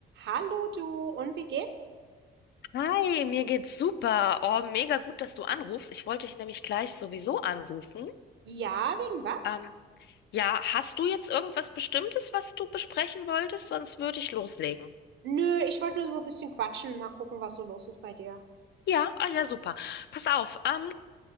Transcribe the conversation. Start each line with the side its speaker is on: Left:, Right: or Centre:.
Right: Hallo du, und wie geht's?
Left: Hi, mir geht's super. Oh, mega gut, dass du anrufst. Ich wollte dich nämlich gleich sowieso anrufen.
Right: Ja, wegen was?
Left: Ähm, ja, hast du jetzt irgendwas Bestimmtes, was du besprechen wolltest? Sonst würde ich loslegen.
Right: Nö, ich wollte nur so ein bisschen quatschen, mal gucken, was so los ist bei dir.
Left: Ja, ah ja, super. Pass auf, ähm,